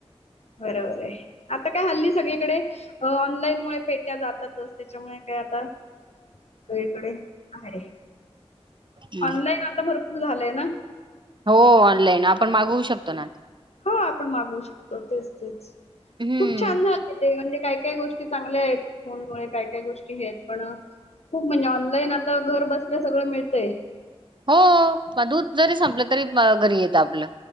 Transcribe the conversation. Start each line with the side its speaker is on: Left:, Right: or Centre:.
Left: बरोबर आहे आता काय हल्ली सगळीकडे अ ऑनलाईन मुळे पेट्या जातातच त्याच्यामुळे काय आता सगळीकडे आहे
Right: मग
Left: ऑनलाईन आता भरपूर झालंय ना?
Right: हो ऑनलाईन आपण मागवू शकतो ना?
Left: हो आपण मागवू शकतो तेच तेच
Right: हम्म
Left: खूप छान झालं. ते म्हणजे काय काय गोष्टी चांगल्या आहेत फोनमुळे काय काय गोष्टी हे आहेत पण खूप म्हणजे ऑनलाईन आता घर बसल्या सगळं मिळतंय.
Right: हो मग दूध जरी संपलं तरी घरी येतं आपलं